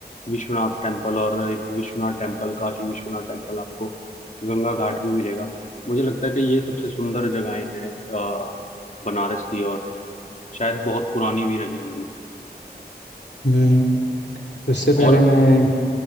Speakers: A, on the left; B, on the left.
A: विश्वनाथ टेम्पल और एक विश्वनाथ टेम्पल काशी विश्वनाथ टेम्पल आपको गंगा घाट भी मिलेगा मुझे लगता है कि ये सबसे सुंदर जगहें हैं अ, बनारस की और शायद बहुत पुरानी भी रही होंगी
B: हम्म, उससे पहले
A: और
B: मैं